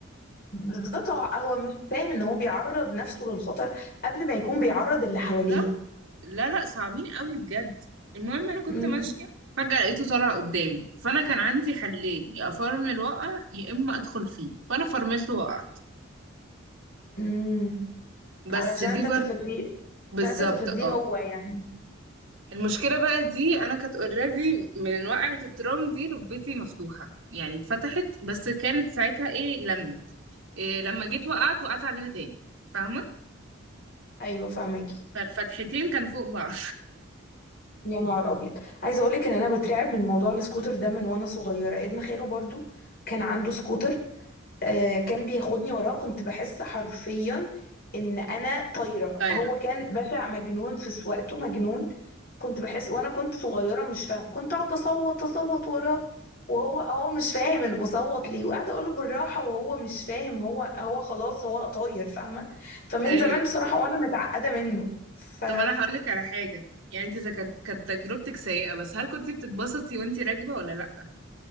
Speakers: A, on the left; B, on the right.
A: بالظبط هو هو مش فاهم ان هو بيعرض نفسه للخطر قبل ما يكون بيعرض اللي
B: بالظبط
A: حواليه
B: لا لا صعبين قوي بجد المهم انا كنت
A: امم
B: ماشيه فجاه لقيته طالع قدامي فانا كان عندي حلين يا افرمل وقع يا اما ادخل فيه فانا فرملت وقعت
A: امم
B: بس
A: علشان
B: دي
A: تتفاديه
B: برضه بالظبط
A: عشان تتفاديه
B: اه
A: هو يعني
B: المشكله بقى دي انا كانت اوريدي من وقعه الترام دي ركبتي مفتوحه يعني اتفتحت بس كانت ساعتها ايه لمت إيه لما جيت وقعت وقعت عليها تاني فاهمه
A: ايوه فاهماكي
B: فالفتحتين كانوا فوق بعض
A: يا نهار ابيض عايزه اقولك ان انا بترعب من موضوع السكوتر ده من وانا صغيره ابن خاله برضو كان عنده سكوتر آه، كان بياخدني وراه كنت بحس حرفيا ان انا طايره
B: <laughs> طايره
A: هو كان بشع مجنون في سواقته مجنون كنت بحس وانا كنت صغيره مش فاهمه كنت اقعد اصوت اصوت وراه وهو هو مش فاهم انا بصوت ليه وقاعده اقوله بالراحه وهو مش فاهم هو هو خلاص هو طاير فاهمه فمن
B: ايوه
A: زمان بصراحه وانا متعقده منه ف
B: طب انا هقول لك على حاجه يعني انت إذا كانت كانت تجربتك سيئه بس هل كنت بتتبسطي وانت راكبه ولا لا